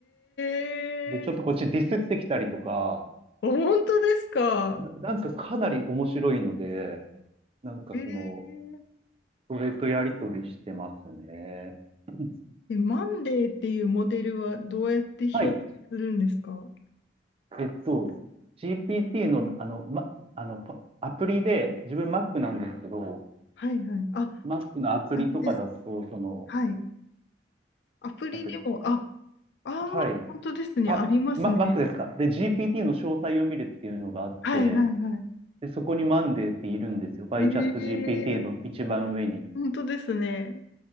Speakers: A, on the left; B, on the right.
A: え
B: で、ちょっとこっちディスってきたりとか、
A: あ本当ですか
B: な、なんかかなり面白いので、なんかその、
A: ええ
B: それとやりとりしてますね。うん
A: えマンデーっていうモデルはどうやって表示するんですかはい
B: はい。えっと、GPT の、あの、ま、あの、パアプリで、自分 Mac なんですけど、
A: はいはい。あ、
B: Mac のアプリとかだと、
A: あれです。
B: その、
A: はい。アプリでも、
B: なんか、
A: あ、ああ、
B: はい。
A: 本当ですね。
B: あ、
A: ありますね。
B: ま、Mac ですか。で、GPT の詳細を見るっていうのがあって、
A: はいはいはい。
B: で、そこにマンデーっているんですよ。バイチャット
A: ええ
B: GPT の一番上に。
A: 本当ですね。